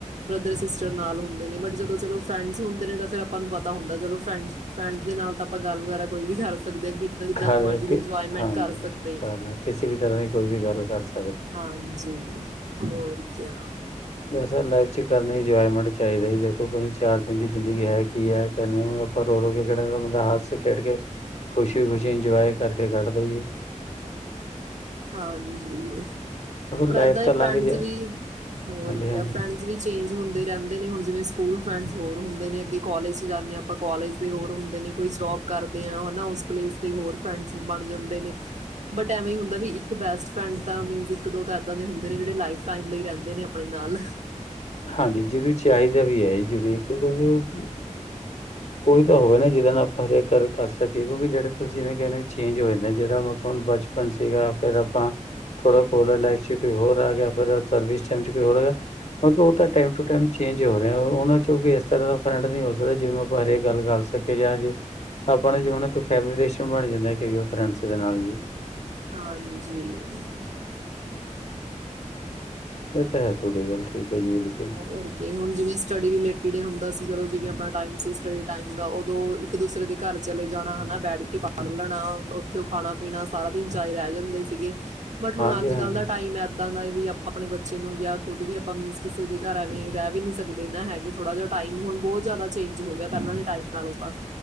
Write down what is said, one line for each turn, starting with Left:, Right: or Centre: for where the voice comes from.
Right: ਬ੍ਰਦਰ ਸਿਸਟਰ ਨਾਲ ਹੁੰਦੇ ਨੇਂ, ਬੱਟ ਜਦੋਂ ਚਲੋ ਫਰੈਂਡਸ ਹੁੰਦੇ ਨੇਂ ਫ਼ੇਰ ਆਪਾਂ ਨੂੰ ਪਤਾ ਹੁੰਦਾ ਚਲੋ। ਫਰੈਂਡਜ ਫਰੈਂਡਜ ਦੇ ਨਾਲ ਤਾਂ ਆਪਾਂ ਗੱਲ ਵਗੈਰਾ ਕੋਈ ਵੀ ਕਰ ਸਕਦੇ ਹਾਂ ਕਿੱਦਾਂ ਜਿੱਦਾਂ
Left: ਘਰ
Right: ਮਰਜ਼ੀ ਦੀ ਇੰਜੋਇਮੈਂਟ
Left: ਹਾਂਜੀ
Right: ਕਰ ਸਕਦੇ ਹਾਂ
Left: ਘ ਕਿਸੇ ਵੀ ਤਰ੍ਹਾਂ ਦੀ ਕੋਈ ਵੀ ਗੱਲ ਕਰ ਸਕ
Right: ਹਾਂਜੀ ਹੋਰ ਕਿਆ।
Left: ਬਸ ਲਾਈਫ਼ ਚ ਕਰਨੀ ਇੰਜੋਏਮੈਂਟ ਚਾਹੀਦਾ ਜੀ ਦੇਖੋ ਚਾਰ ਦਿਨ ਦੀ ਜ਼ਿੰਦਗੀ ਹੈ। ਕੀ ਹੈ ਕਹਿੰਦੇ ਹੋ ਆਪਾਂ ਰੋ ਰੋ ਕੇ ਕਢਣੀ, ਬੰਦਾ ਹੱਸ ਖੇਡ ਕੇ ਖੁਸ਼ੀ ਖੁਸ਼ੀ ਇੰਜੋਇ ਕਰਕੇ ਕੱਢਦੇ ਜੀ।
Right: ਹਾਂਜੀ। ਪਰ
Left: ਲਾਈਫ
Right: ਏਦਾਂ
Left: ਤਾਂ ਲੰਘ
Right: ਫਰੈਂਡਸ
Left: ਜੇ
Right: ਵੀ ਹੋਰ
Left: ਹਾਂਜੀ
Right: ਕਿਆ
Left: ਹਾਂਜੀ
Right: ਫਰੈਂਡਸ ਵੀ ਚੇਂਜ ਹੁੰਦੇ ਰਹਿੰਦੇ ਨੇਂ ਹੁਣ ਜਿਵੇਂ ਸਕੂਲ ਫਰੈਂਡਜ ਹੋਰ ਹੁੰਦੇ ਨੇ ਅੱਗੇ ਕਾਲਜ ਚ ਜਾਂਦੇ ਆਪਾਂ ਕਾਲਜ ਦੇ ਹੋਰ ਹੁੰਦੇ ਨੇਂ, ਕੋਈ ਜੋਬ ਕਰਦੇ ਆਂ ਉਸ ਪਲੇਸ ਤੇ ਹੋਰ ਫਰੈਂਡਜ ਬਣ ਜਾਂਦੇ ਨੇਂ, ਬਟ ਐਵੇਂ ਹੁੰਦਾ ਵੀ ਇੱਕ ਬੈਸਟ ਫਰੈਂਡਸ ਤਾਂ ਮੀਨਜ ਇੱਕ, ਦੋ ਤਾਂ ਇਦਾਂ ਦੇ ਹੁੰਦੇ ਨੇਂ, ਜਿਹੜੇ ਲਾਈਫ ਟਾਈਮ ਲਈ ਰਹਿੰਦੇ ਨੇਂ ਆਪਣੇ ਨਾਲ।
Left: ਹਾਂਜੀ ਜ਼ਰੂਰੀ ਚਾਹੀਦਾ ਵੀ ਹੈ, ਜ ਜ਼ਰੂਰੀ ਕਿਉਕਿ ਕੋਈ ਤਾਂ ਹੋਗਾ ਨਾਂ ਜਿਹਦੇ ਨਾਲ ਆਪਾਂ ਹਰੇਕ ਗੱਲ ਕਰ ਸਕੀਏ, ਕਿਉਂਕਿ ਜਿਹੜੇ ਤੁਸੀਂ ਜਿਵੇਂ ਕਹਿੰਦੇ ਹੋ ਚੇਂਜ ਹੋ ਜਾਂਦੇ, ਜਿਹੜਾ ਮੌਕਾ ਹੁਣ ਬਚਪਨ ਸੀਗਾ ਫਿਰ ਆਪਾਂ ਥੋੜਾ ਕੋਲਜ ਲਾਈਫ ਚ ਵੀ ਹੋਰ ਆ ਗਿਆ ਫਿਰ ਸਰਵਿਸ ਟਾਈਮ ਚ ਕੋਈ ਹੋਰਗਾ। ਬਟ ਉਹ ਤਾਂ ਟਾਈਮ ਟੂ ਟਾਈਮ ਚੇਂਜ ਹੋ ਰਿਹਾ ਉਹਨਾਂ ਚੋਂ ਵੀ ਇਸ ਤਰ੍ਹਾਂ ਦਾ ਫਰੰਟ ਨਈਂ ਹੋ ਸਕਦਾ ਜਿਵੇਂ ਉਹ ਬਾਰੇ ਗੱਲ ਕਰ ਸਕੇ ਜਾਂ ਜੇ ਆਪਣੇ ਜੀ ਹੁਨ ਕ ਫੇਮਿਲੀ ਰਿਲੇਸ਼ਨ ਬਣ ਜਾਂਦਾ ਕਈ ਵਾਰ ਫਰੈਂਡਜ ਦੇ ਨਾਲ ਜੀ।
Right: ਹਾਂਜੀ
Left: ਇਹ ਤਾਂ ਹੈ ਥੋਡੀ ਗੱਲ ਠੀਕ ਹੈ ਜੀ ਬਿਲਕੁਲ
Right: ਹੋਰ ਕੀ ਹੁਣ ਜਿਵੇਂ ਸਟੱਡੀ ਰਿਲੇਟਿਡ ਹੁੰਦਾ ਸੀ। ਚਲੋ ਜਿਵੇਂ ਆਪਾਂ ਟਾਇਮ ਸੀ ਉਸ ਟਾਇਮ ਦਾ ਉਦੋਂ ਇੱਕ ਦੂਸਰੇ ਦੇ ਘਰ ਚਲੇ ਜਾਣਾ ਹੈਨਾਂ। ਬੈਠ ਕੇ ਪੜ ਲੈਣਾ, ਉੱਥੇ ਖਾਣਾ ਪੀਣਾ, ਸਾਰਾ ਦਿਨ ਚਾਅ ਰਹਿ ਜਾਂਦੇ ਸੀਗੇ। ਬਟ, ਹੁਣ
Left: ਹਾਂਜੀ
Right: ਅੱਜ
Left: ਹਾਂਜੀ
Right: ਕੱਲ੍ਹ ਦਾ ਟਾਈਮ ਏਦਾਂ ਦਾ ਵੀ ਅਪ ਆਪਣੇ ਬੱਚੇ ਨੂੰ ਜਾਂ ਖੁਦ ਵੀ ਆਪਾਂ ਮੀਨਸ ਕਿਸੇ ਦੇ ਘਰ ਐਵੇਂ ਰਹਿ ਵੀ ਨੀਂ ਸਕਦੇ ਨਾਂ ਹੈਗੇ, ਥੋੜ੍ਹਾ ਜਿਹਾ ਟਾਈਮ ਹੁਣ ਬਹੁਤ ਜ਼ਿਆਦਾ ਚੇਂਜ ਹੋ ਗਿਆ ਪਹਿਲਾਂ ਦੇ ਟਾਈਮ ਨਾਲੋਂ ਤਾਂ